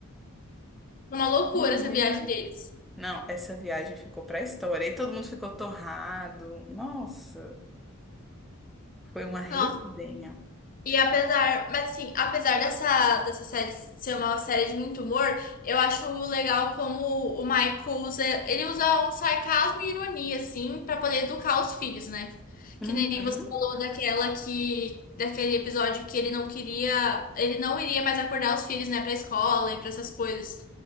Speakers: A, on the left; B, in the centre.
A: foi uma loucura
B: menina.
A: essa viagem deles.
B: Não, essa viagem ficou pra história. E todo mundo ficou torrado. Nossa, foi uma resenha.
A: Nossa, e apesar, mas assim, apesar dessa, dessa série ser uma série de muito humor, eu acho legal como o Michael usa, ele usa um sarcasmo e ironia, assim, pra poder educar os filhos, né?
B: Uhum.
A: Que nem você falou daquela que, daquele episódio que ele não queria, ele não iria mais acordar os filhos, né, pra escola e pra essas coisas.